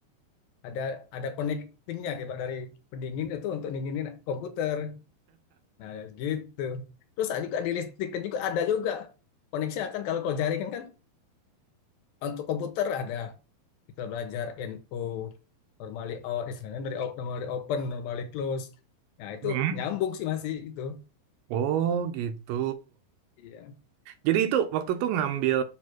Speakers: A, on the left; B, on the right.
A: ada ada connectingnya kayak dari pendingin itu untuk dinginin komputer nah gitu terus ada juga di listrik kan juga ada juga koneksi kan kalau kalau jaringan kan Untuk komputer ada kita belajar NO, normally out, istilahnya dari out, normally open, normally close. Nah, itu
B: Hmm.
A: nyambung sih masih itu.
B: Oh, gitu.
A: Iya.
B: Jadi itu waktu tuh ngambil